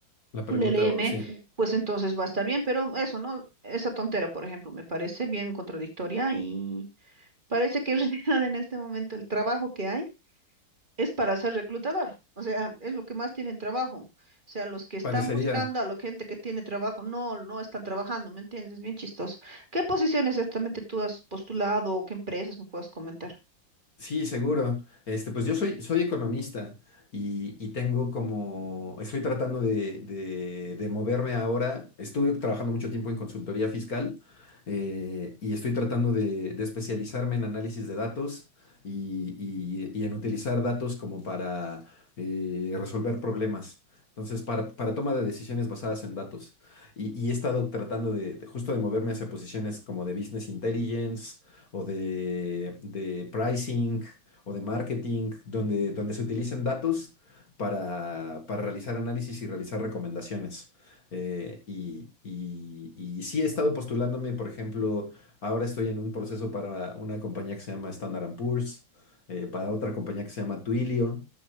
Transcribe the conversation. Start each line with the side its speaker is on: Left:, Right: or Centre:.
Left: La pregunta,
Right: el LM,
Left: o sí,
Right: pues entonces va a estar bien, pero eso, ¿no? Esa tontera, por ejemplo, me parece bien contradictoria y parece que en <laughs> realidad en este momento el trabajo que hay es para ser reclutador. O sea, es lo que más tienen trabajo. O sea, los que están
Left: parecería.
Right: buscando a la gente que tiene trabajo, no, no están trabajando, ¿me entiendes? Es bien chistoso. ¿Qué posiciones exactamente tú has postulado o qué empresas me puedes comentar?
Left: Sí, seguro. Este, pues yo soy, soy economista y, y tengo como, estoy tratando de, de- de moverme ahora. Estuve trabajando mucho tiempo en consultoría fiscal eh, y estoy tratando de, de especializarme en análisis de datos y, y- y en utilizar datos como para eh, resolver problemas. Entonces, para, para toma de decisiones basadas en datos. Y, y he estado tratando de, de- justo de moverme hacia posiciones como de business intelligence o de, de pricing o de marketing, donde, donde se utilicen datos para, para realizar análisis y realizar recomendaciones. Eh, y, y, y sí he estado postulándome, por ejemplo, ahora estoy en un proceso para una compañía que se llama Standard and Poor's, eh, para otra compañía que se llama Twilio.